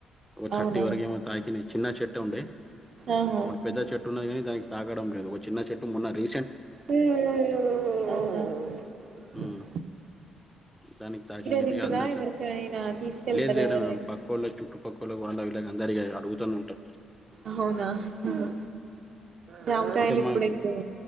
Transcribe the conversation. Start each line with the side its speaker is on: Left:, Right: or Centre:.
Centre: ఒక
Right: అవునా
Centre: థర్టీ వరకు ఏమో తాకిని చిన్న చెట్టు ఉండే
Right: ఆహా
Centre: ఒకటి పెద్ద చెట్టు ఉన్నది కాని దానికి తాగడం లేదు ఒక చిన్న చెట్టు మొన్న రీ
Right: హ
Centre: ఉమ్ దానికి తాకిినదిగా
Right: తింటరా
Centre: అందర్ం
Right: ఎవరికైనా తీసుకెళ్తారా
Centre: లేదు లేడం
Right: ఎవరైనా
Centre: పక్క వాళ్ళ చుట్టుపక్క వాళ్ వాళ్ళ విలగా <unintelligible> అందరిగా అడుగుతూనే ఉంటారు
Right: అవునా ఆహా. జామకాయలు
Centre: అంటే
Right: ఇప్పుడు
Centre: మాకు
Right: ఎక్కువ